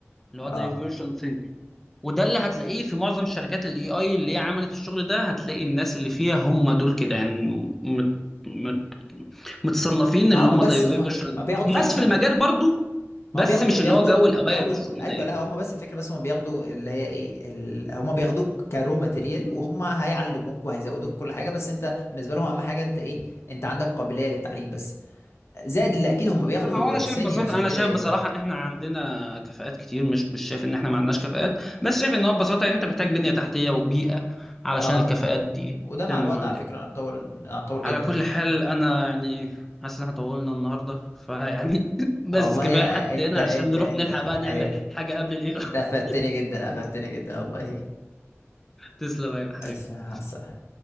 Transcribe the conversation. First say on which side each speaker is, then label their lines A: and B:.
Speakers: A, in the centre; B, on the left.
A: اللي
B: اه
A: هو دايفرجنت وده اللي هتلاقيه في معظم شركات الاي اي اللي هي عملت الشغل ده هتلاقي الناس اللي فيها هم دول كده يعني مت... مت... متصنفين
B: ما
A: اللي
B: هم
A: هم
B: بس
A: دايفيرجن
B: هم ما بياخدوا فاهم
A: ناس في المجال برضو بس
B: ما هم بياخدوا
A: مش
B: بياخدوا
A: اللي هو جو الاوائل
B: بياخدوا
A: والشغل
B: ايوه
A: ده يعني
B: لا هم بس الفكره بس هم بياخدوا اللي هي ايه ال... هم بياخدوك كرو ماتيريال وهم هيعلموك وهيزودوك كل حاجه بس انت بالنسبه لهم اهم حاجه انت ايه انت عندك قابليه للتعليم بس زائد اللي اكيد هم بياخدوا
A: لا هو انا شايف
B: سينيورز
A: ببساطه
B: وكده
A: انا شايف
B: يعني
A: بصراحه ان احنا عندنا كفاءات كتير مش مش شايف ان احنا ما عندناش كفاءات بس شايف ان هو ببساطه انت محتاج بنيه تحتيه وبيئه علشان
B: اه
A: الكفاءات دي
B: وده مع
A: تنمو
B: الوقت
A: عندك
B: على فكره انا اتطور انا اتطور جدا
A: على كل
B: يعني
A: حال انا يعني حاسس ان احنا طولنا النهارده فيعني <laughs> بس
B: آه، والله
A: كفايه
B: يا-
A: لحد
B: انت
A: هنا
B: انت
A: عشان نروح
B: انت
A: نلحق بقى نعمل
B: ايوه
A: حاجه قبل الايه <laughs>
B: انت افدتني جدا افدتني جدا والله
A: تسلم يا حبيبي
B: بس